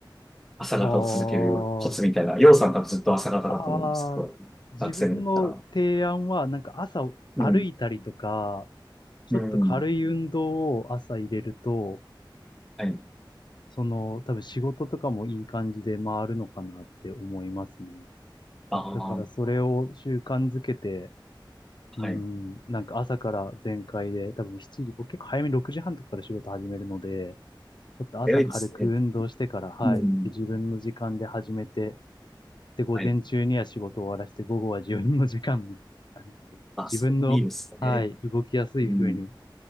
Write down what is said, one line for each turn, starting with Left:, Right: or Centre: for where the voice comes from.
Centre: 朝方を続けるコツみたいな。
Left: ああ。
Centre: ようさん多分ずっと朝方だと思うんですけど、
Left: ああ、自分の提案は、
Centre: 学生だったら。
Left: なんか朝歩いたりとか、
Centre: うん。
Left: ちょっと軽い運動を朝入れると、
Centre: うん。はい。
Left: その、多分仕事とかもいい感じで回るのかなって思いますね。
Centre: ああ、
Left: だからそれを習慣づけて、うん、
Centre: はい。
Left: なんか朝から全開で、多分7時、僕結構早めに6時半とかから仕事始めるので、ちょっと朝軽く運動してから、
Centre: 早いですね。
Left: はい、
Centre: うん。
Left: で自分の時間で始めて、で、午前中には仕事を終わらせて、
Centre: はい。
Left: 午後は自分の時間みたいな感じで、
Centre: あ、
Left: 自分の、
Centre: それもいいですね。
Left: はい、動きやすい風に
Centre: うん。